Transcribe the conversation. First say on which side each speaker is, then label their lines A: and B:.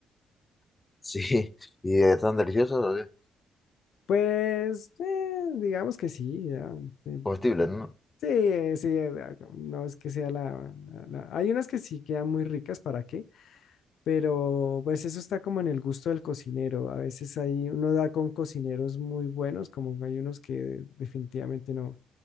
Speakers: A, on the left; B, on the left.
A: Sí. <laughs> ¿Y están deliciosos o qué?
B: Pues, eh, digamos que sí, ya, eh,
A: Comestibles, ¿no?
B: Sí, eh, sí, eh, ah, no es que sea la, la- la- Hay unas que sí quedan muy ricas, ¿para qué? Pero pues eso está como en el gusto del cocinero. A veces hay, uno da con cocineros muy buenos, como hay unos que definitivamente no,